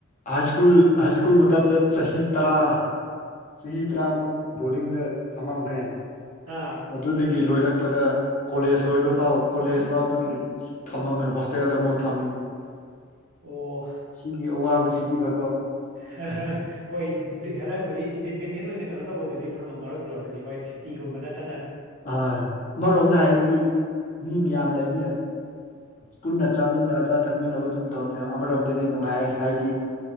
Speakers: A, on the left; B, on the right.
A: ꯍꯥꯏ ꯁ꯭ꯀꯨꯜ ꯍꯥꯏ ꯁ꯭ꯀꯨꯜ ꯃꯇꯝꯗ ꯆꯍꯤ ꯇꯔꯥ ꯆꯍꯤ ꯇꯔꯥꯃꯨꯛ ꯕꯣꯔꯗꯤꯡꯗ ꯊꯝꯃꯝꯈ꯭ꯔꯦ
B: ꯑꯥ
A: ꯑꯗꯨꯗꯒꯤ ꯂꯣꯏꯔꯛꯄꯗ ꯀꯣꯂꯦꯖ ꯂꯣꯏꯕ ꯐꯥꯎ ꯀꯣꯂꯦꯖ ꯐꯥꯎ ꯑꯗꯨꯗꯒꯤ ꯊꯝꯃꯝꯃꯦ ꯍꯣꯁꯇꯦꯜꯗ ꯑꯃꯨꯛ ꯊꯝꯃꯤꯅꯤ
B: ꯑꯣ
A: ꯁꯤꯒꯤ ꯑꯋꯥꯕꯁꯤꯗꯤꯕ
B: ꯍ ꯍ ꯍꯣꯏ ꯗꯤ ꯗꯤ ꯈꯔꯕꯨꯗꯤ ꯏꯟꯗꯤꯄꯦꯟꯗꯦꯟ ꯑꯣꯏꯅ ꯀꯩꯅꯣ ꯇꯧꯕꯗꯨꯗꯤ ꯐꯪꯉꯝꯃꯔꯣꯏ ꯕ꯭ꯔꯣ ꯑꯗꯨꯗꯤ ꯍꯣꯏ ꯁꯨꯇꯤꯒꯨꯝꯕ ꯅꯠꯇꯅ
A: ꯍ‌ꯣꯏ ꯑꯃꯔꯣꯝꯗ ꯍꯥꯏꯔꯗꯤ ꯃꯤ ꯃꯌꯥꯝ ꯂꯩꯃꯤꯅ ꯄꯨꯟꯅ ꯆꯥꯃꯤꯟꯅꯕ ꯊꯛꯃꯤꯟꯅꯕ ꯑꯗꯨꯝ ꯇꯧꯅꯤ ꯑꯃꯔꯣꯝꯗꯗꯤ ꯅꯨꯡꯉꯥꯏ ꯍꯥꯏꯗꯤ